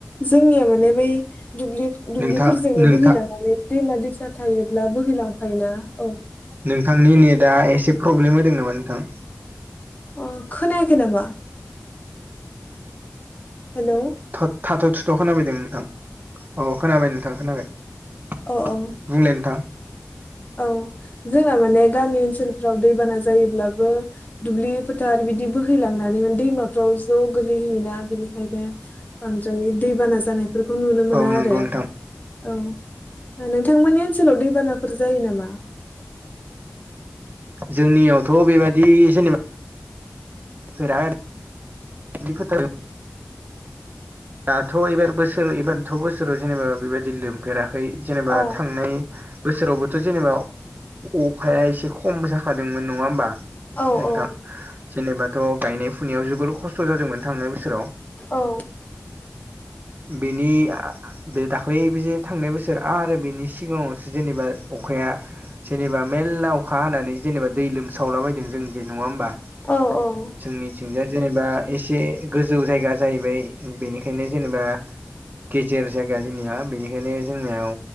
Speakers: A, on the left; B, on the right.
A: जोंनिया माने बै दुब्लि दुब्लिफोरजोंनो
B: नोंथां नोंथां
A: बोहैलांनानै दैमा दैसा थायोब्ला बोहैलांफायोना औ।
B: नोंथांनि नेटआ एसे प्रब्लेम होदों नामा नोंथां?
A: अ खोनायाखै नामा? हेलौ
B: ओथ थाथ' थुथ' खोना बैदों नोंथां। औ खोनाबाय नोंथां खोनाबाय बुंलाय
A: औ औ
B: नोंथां।
A: औ जोंना माने गामि ओनसोलफ्राव दैबाना जायोब्लाबो दुब्लि फोथार बिदि बोहैलांनानै दैमाफ्राव ज' गोलैहैयोना बिनिखायनो बांद्राय दै बान जानाय बेफोरखौ नुनो मोना
B: औ नंगौ
A: आरो
B: नोंथां
A: औ नोंथांमोननि ओनसोलाव दैबानाफोर जायो नामा?
B: जोंनियावथ' बेबादि जेनेबा फेरद <unintelligible> दाथ' एबार बोसोर एबारथ' बोसोराव जेनेबा बेबायदि लोमफेरा। खै जेनेबा
A: औ
B: थांनाय बोसोरावबोथ' जेनेबा अखाया एसे खम जाखादोंमोन नङा होमबा?
A: औ
B: नोंथां
A: औ
B: जेनेबाथ' गायनाय फुनायाव जोबोर खस्थ' जादोंमोन थांनाय बोसोराव
A: औ।
B: बिनि आ बे दाख्लै बेे जे थांनाय बोसोर आरो बेनि सिगाङावसो जेनेबा अखाया जेनेबा मेल्ला अखा हानानै जेनेबा दै लोमसावलाबायदों जों जे नङा होमबा?
A: औ
B: जोंनिथिंजाय
A: औ
B: जेनेबा एसे गोजौ जायगा जाहैबाय। बेनिखायनो जेनेबा गेजेर जायगा जोंनिया बेनिखायनो जोंनियाव